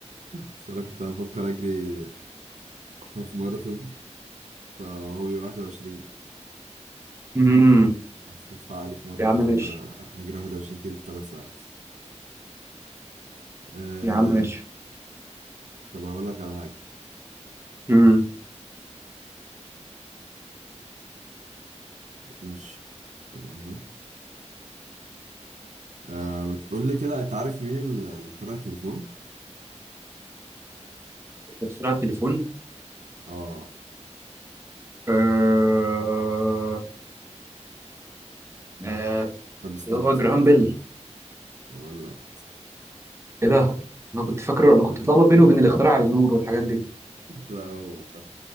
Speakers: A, on the right (about 80°); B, on the right (about 20°).
A: بس أنا كنت بفكر أجري هاف ماراثون فهو بيبقى 21
B: امم
A: حفيت فعالي في مرة
B: يا
A: كده
B: عم ماشي
A: قلت أنا هجري 21 كيلو في ثلاث ساعات أه...
B: يا عم ماشي
A: طب هقول لك على حاجة
B: امم
A: ماشي تمام ده أه... بتقول لي كده أنت عارف مين ال- اللي اخترع التليفون؟
B: بسرعة التليفون
A: آه
B: آه... آه...
A: طب استنى
B: اللي هو
A: استنى
B: جراهام
A: استنى
B: بيل
A: يا ولد
B: ايه ده؟ انا كنت فاكره انا كنت بتلخبط بينه
A: <laughs>
B: وبين الاختراع على النور والحاجات دي
A: لا هو صح